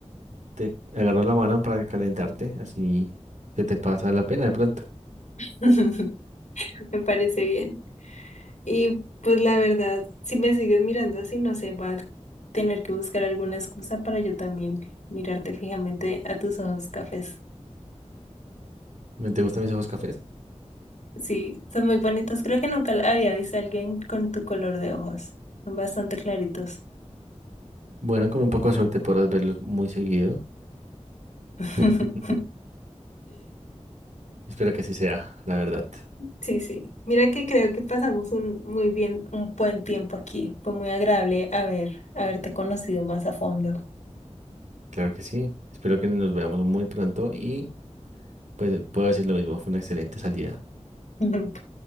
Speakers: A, on the right; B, on the left.
A: te agarro la mano para calentarte. Así se te pasa la pena de pronto.
B: <laughs> Me parece bien. Y pues la verdad, si me sigues mirando así, no sé, va a tener que buscar alguna excusa para yo también mirarte fijamente a tus ojos cafés.
A: ¿Me te gustan mis ojos cafés?
B: Sí, son muy bonitos. Creo que nunca había visto a alguien con tu color de ojos. Son bastante claritos.
A: Bueno, con un poco de suerte podrás verlos muy seguido.
B: <laughs>
A: <laughs> Espero que así sea, la verdad.
B: Sí, sí. Mira que creo que pasamos un muy bien, un buen tiempo aquí. Fue muy agradable haber, haberte conocido más a fondo.
A: Claro que sí. Espero que nos veamos muy pronto y pues puedo decir lo mismo. Fue una excelente salida.
B: <laughs> Ujú.